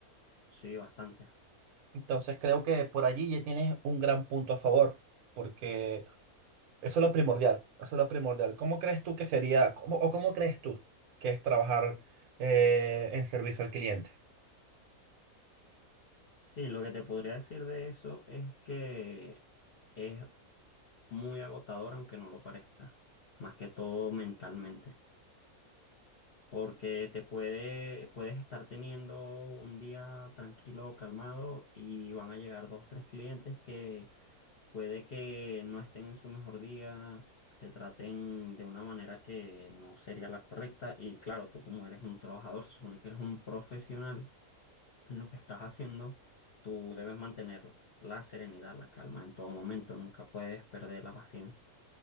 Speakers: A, on the left (about 50°); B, on the right (about 75°).
A: sí, bastante.
B: Entonces creo que por allí ya tienes un gran punto a favor, porque eso es lo primordial, eso es lo primordial. ¿Cómo crees tú que sería, cómo- o cómo crees tú que es trabajar eh, en servicio al cliente?
A: Sí, lo que te podría decir de eso es que es muy agotador, aunque no lo parezca, más que todo mentalmente, porque te puede, puedes estar teniendo un día tranquilo, calmado, y van a llegar dos, tres clientes que puede que no estén en su mejor día, te traten de una manera que no sería la correcta, y claro, tú como eres un trabajador, se supone que eres un profesional en lo que estás haciendo, tú debes mantener la serenidad, la calma en todo momento, nunca puedes perder la paciencia.